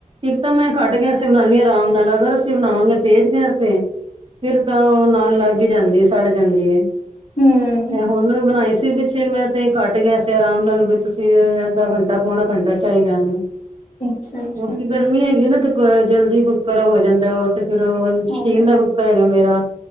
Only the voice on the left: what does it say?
ਹੂੰ
ਅੱਛਾ, ਅੱਛਾ
ਆਹੋ